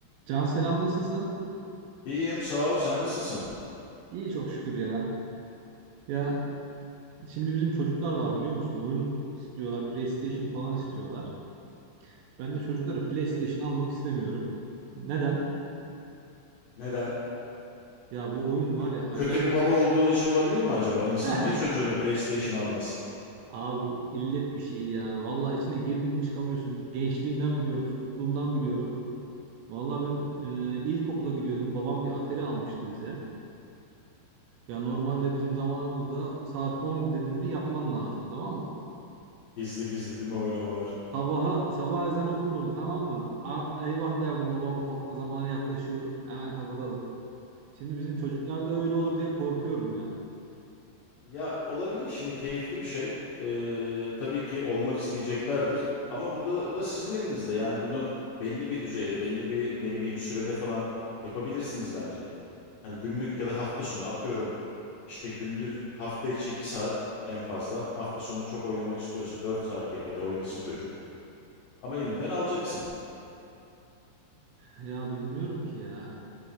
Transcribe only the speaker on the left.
İyiyim sağ ol. Sen nasılsın?
Hı.
Neden?
Kö-
Kötü bir baba olduğun için olabilir mi acaba? İnsan
niye çocuğuna PlayStation almaz?
Gizli gizli değil mi oynamalar?
Ya olabilir şimdi keyifli bir şey. Ee, tabii ki olmak isteyeceklerdir. Ama burada bu da sizin elinizde. Yani bunu belli bir düzeyde, belli bir ne bileyim sürede falan yapabilirsiniz bence. Hani günlük ya da hafta sonu atıyorum. İşte gündüz hafta içi 2 saat en fazla. Hafta sonu çok oynamak istiyorsa 4 saat yap hadi oynasın çocuk. Ama elinden alacaksın.